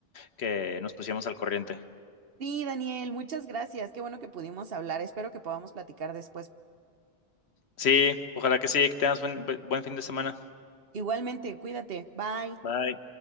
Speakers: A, on the left; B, on the right.
A: que nos pusiéramos al corriente.
B: Sí, Daniel, muchas gracias. Qué bueno que pudimos hablar. Espero que podamos platicar después.
A: Sí, ojalá que sí, que tengas buen buen fin de semana.
B: Igualmente, cuídate. Bye.
A: Bye.